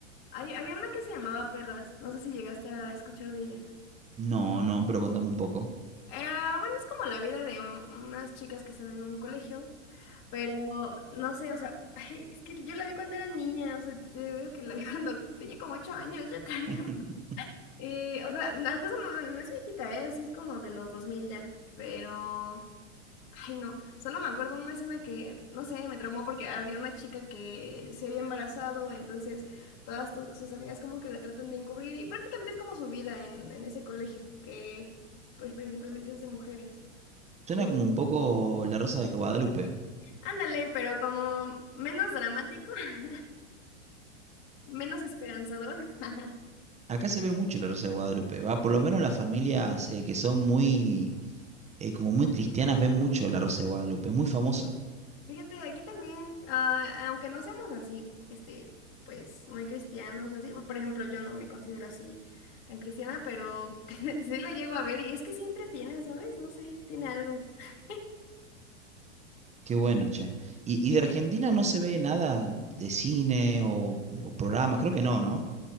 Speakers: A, on the left; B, on the right.
A: hay- había una que se llamaba Perras. No sé si llegaste a escuchar de ella.
B: No, no, pero contame un poco.
A: Eh, bueno, es como la vida de un- unas chicas que están en un colegio, pero no sé, o sea, <laughs> ay, es que yo la vi cuando era niña, o sea, te, te digo que la vi <laughs> cuando tenía como ocho años, yo creo.
B: <laughs>
A: Y, o sea, hasta eso no, no es viejita, ¿eh? Así es como de los 2000 ya, pero... Ay, no, solo me acuerdo una escena que, no sé, me traumó porque había una chica que se había embarazado, entonces todas tu- sus amigas como que la tratan de encubrir y prácticamente es como su vida en, en ese colegio, que pues principalmente es de mujeres. Eh,
B: Suena como un poco La Rosa de Guadalupe.
A: ándale, pero como menos dramático, <laughs> menos esperanzador. <laughs>
B: Acá se ve mucho La Rosa de Guadalupe, va, por lo menos las familias eh, que son muy, eh, como muy cristianas ven mucho La Rosa de Guadalupe, es muy famoso.
A: Fíjate, aquí también, ah, aunque no seamos así, este, pues muy cristianos o así, por ejemplo, yo no me considero así tan cristiana, pero <laughs> sí lo llego a ver y es que sí entretiene, ¿sabes? No sé, tiene algo. <laughs>
B: Qué bueno, che. ¿Y, y de Argentina no se ve nada de cine o, o programas? Creo que no, ¿no?